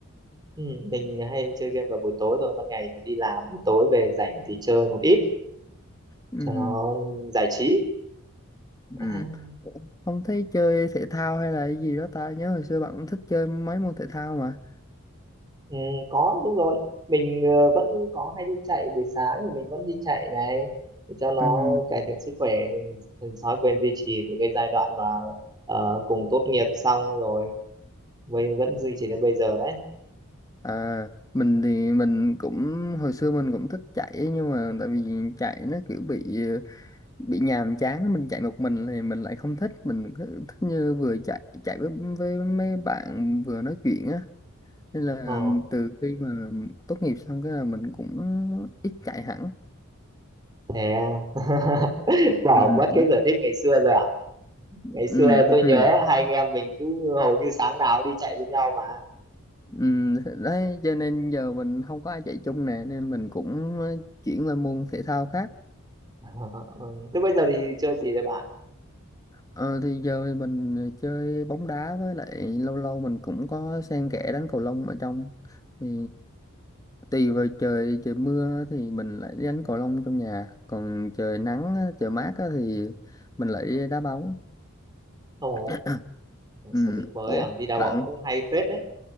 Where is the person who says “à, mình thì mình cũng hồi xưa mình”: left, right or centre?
Left